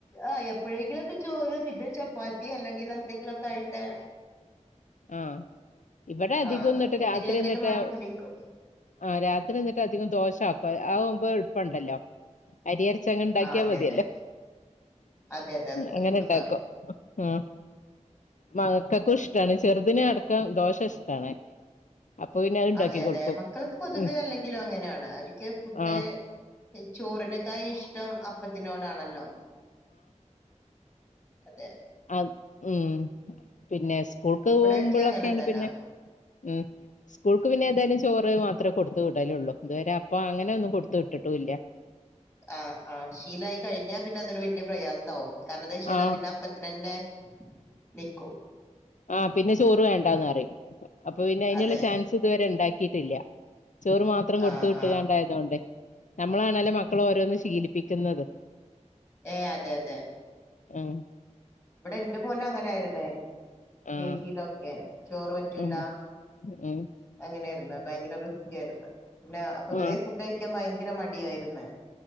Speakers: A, on the left; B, on the left.
A: ആ എപ്പോഴെങ്കിലുംക്കെ ചോറ് പിന്നെ ചപ്പാത്തി അല്ലെങ്കിൽ എന്തെങ്കിലുമൊക്കെ ആയിട്ട്
B: ആ ഇവിടെ അധികംന്നിട്ട്
A: ആ എന്തെങ്കിലൊക്കെ
B: രാത്രി എന്നിട്ട്
A: ആയിട്ട് മാറ്റി പിടിക്കും
B: ആഹ രാത്രി നിന്നിട്ട് അധികം ദോശ യാക്കും അതാകുമ്പോൾ എളപ്പുണ്ടല്ലോ അരിയരച്ച അങ്ങങ് ഉണ്ടാക്കിയാ
A: ആ അതെ
B: മതിയല്ലോ
A: അതെ അതെ അതെ
B: അങ്ങനെ
A: അത് സുഖ
B: ഇണ്ടാക്കും ആ മക്കൾക്ക്‌ ഇഷ്ടാണ് ചെറുതിനിനെ അടക്കം ദോഷ ഇഷ്ടാണ് അപ്പൊ പിന്നെ അത് ഉണ്ടാക്കി
A: അതെ
B: കൊടുക്കും
A: അതെ മക്കൾക്ക് പൊതുവെ
B: ഉം
A: അല്ലെങ്കിലും അങ്ങനെയാണ് അവക്ക് ഫുഡ്
B: ആഹ്
A: ചോറിനെ തായി ഇഷ്ടം അപ്പത്തിനോടാണല്ലോ അതെ
B: ആ ഉം പിന്നെ സ്കൂൾക്ക്
A: ഇവിടെയൊക്കെ
B: പോകുമ്പോഴൊക്കെയാണ്
A: അങ്ങനെ തന്നെ
B: പിന്നെ ഉം സ്കൂൾക്ക് പിന്നെ ഏതായാലും ചോറ് മാത്രമേ കൊടുത്ത് വിടലള്ളൂ ഇതുവരെ അപ്പം അങ്ങനെ ഒന്നും കൊടുത്ത വിട്ടിട്ടൂല്ല
A: ആഹ് ആ ശീലായി കഴിഞ്ഞാ പിന്നെ അതൊരു വലിയ പ്രയാസമാവും കാരണം എന്താ
B: ആഹ്
A: പിന്നെ അപ്പത്തിന തന്നെ നിക്കൂ
B: ആഹ് പിന്നെ ചോറ് വേണ്ടാന്ന് പറയും അപ്പൊ പിന്നെ അതിനുള്ള
A: അതെ
B: ചാൻസ് ഇതുവരെ ഉണ്ടാക്കിട്ടില്ല ചോറ് മാത്രം കൊടുത്തു
A: ആഹ്
B: കിട്ടുകണ്ടായതുകൊണ്ട്
A: ആഹ്
B: നമ്മളാണല്ലേ മക്കള ഓരോന്ന് ശീലിപ്പിക്കുന്നത്
A: ഏ അതെ അതെ
B: ഉം
A: ഇവിടെ എന്റെ മോന് അങ്ങനായിരുന്നേ കെ
B: ആഹ്
A: ജിയിലൊക്കെ ചോറ് പറ്റൂല
B: ഉം ഉം
A: അങ്ങനെയായിരുന്നു ഭയങ്കര റിസ്ക് ആയിരുന്നു പിന്നെ പൊതുവേ
B: ആഹ്
A: ഫുഡ് അയക്കാൻ ഭയ ഭയങ്കര മടിയായിരുന്